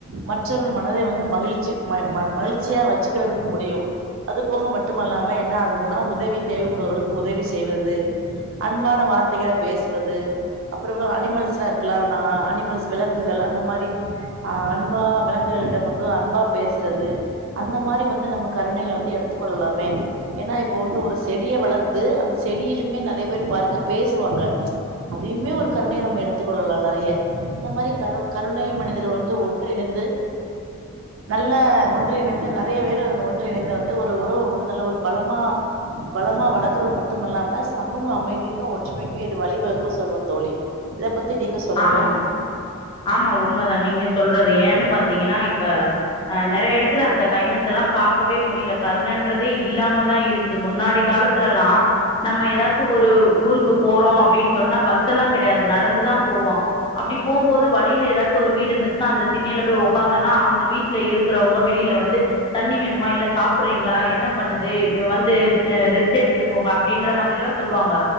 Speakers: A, on the right (about 60°); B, on the left (about 20°).
A: மற்றவர் மனதை வந்து மகிழ்ச்சி ம ம மகிழ்ச்சியா வச் ச்சிக்கறதுக்கு முடியும் அது போக மட்டுமல்லாம என்ன ஆகுதுன்னா உதவி தேவைப்படுவர்களுக்கு உதவி செய்வது அன்பான வார்த்தைக பேசுவது அப்புறமா அனிமல்ஸ்லா இருக்குல ந அனிமல்ஸ் விலங்குகள்ல்லா அந்த மாரி ஆ அன்பா விளங்குகளிடம் வந்து அன்பா பேசுறது அந்த மாரி வந்து நம்ம கருணைகள வந்து எடுத்து கொள்ளலாமே ஏன்னா இப்போ வந்து ஒரு செடிய வளத் த்து அந்த செடியிலுமே நெறைய பேர் பாருங்க பேசுவாங்க அதையுமே ஒரு கருணையா நம்ம எடுத்து கொள்ளலாம் நெறைய இந்த மாரி கருண் கருணை மனிதர் வந்து ஒன்றிணைந்து நல்ல ஒன்றிணைந்து நெறைய பேரு அந்த ஒன்றிணைந்து வந்து ஒரு உறவு வந்து நல்ல ஒரு பலமா பலமா வளக்குறது மட்டும் அல்லாம சமூக அமைதிக்கும் ஒற்றுமைக்கி இது வழிவகுக்கும் சொல்லுவன் தோழி இத பத்தி நீங்க சொல்லுங்க
B: ஆமாம் ஆமா உண்மதான் நீங்க சொல்றது ஏன்னு பாத்தீங்கன்னா இப்ப ஆ நெறைய எடத்துல அந்த கைன்ட்னஸ் எல்லாம் பாக்கவே முடியில கர்ணன்றதே இல்லாம தான் இருக்குது முன்னாடி காலத் துலல்லா நம்ம ஏதாச்சும் ஒரு ஊருக்கு போறோம் அப்டின் சொன்னா பஸ் எல்லா கெடையாது நடந்துதான் போவா அப்டி போம்போது வழியில ஏதாச்சும் ஒரு வீடு இருந்துச்சுன்னா அந்த திண்ணையில போய் ஒக்காந்தன்னா அந்த வீட் ல இருக்குறவங்க வெளில வந்து தண்ணி வேணுமா இல்ல சாப்புட்றீங்களா என்ன பண்ணுது இவே வந்து அ ரெஸ்ட் எடுத்துட்டு போங்க அப்டின்ற மாதிரில்லா சொல்வாங்க